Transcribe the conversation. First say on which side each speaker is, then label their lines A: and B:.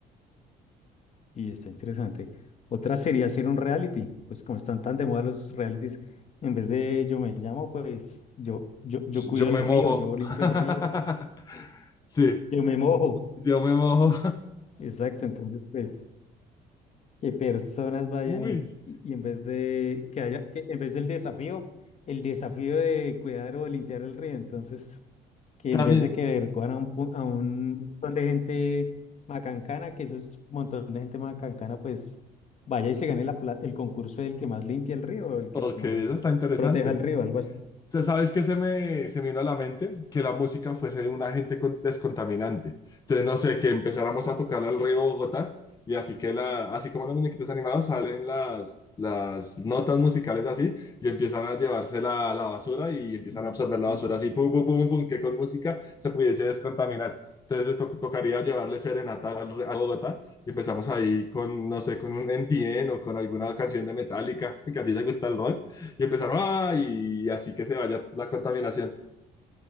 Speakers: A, on the left; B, on the left.
A: Y está interesante. Otra sería hacer un reality, pues como están tan de moda los realities, en vez de yo me llamo, pues yo, yo, yo
B: Yo
A: cuido el
B: me
A: río,
B: mojo.
A: yo limpio
B: <laughs>
A: el río,
B: Sí,
A: yo me mojo.
B: yo me mojo.
A: Exacto, entonces pues... que personas vayan
B: <laughs> Uy,
A: y, y en vez de que haya, que en vez del desafío, el desafío de cuidar o de limpiar el río, entonces que
B: también,
A: en vez de que recojan a un, pu- a un montón de gente macancana, que eso es un montón de gente macancana, pues vaya y se gane la, pla- el concurso del que más limpie el río, el
B: ok,
A: que más
B: eso está interesante.
A: proteja el río, algo así.
B: sea, ¿Sabes qué se me, se me vino a la mente? Que la música fuese un agente con- descontaminante. Entonces, no sé, que empezáramos a tocarle al río Bogotá y así que la, así como los muñequitos animados salen las, las notas musicales así y empiezan a llevarse la, la basura y empiezan
A: Mm.
B: a absorber la basura así, pum, pum, pum, pum, que con música se pudiese descontaminar. Entonces to- tocaría llevarle serenata al, re- a Bogotá y empezamos ahí con, no sé, con un NTN o con alguna canción de Metallica, <laughs> que a ti te gusta el rock. Y empezaron, ah, y así que se vaya la contaminación.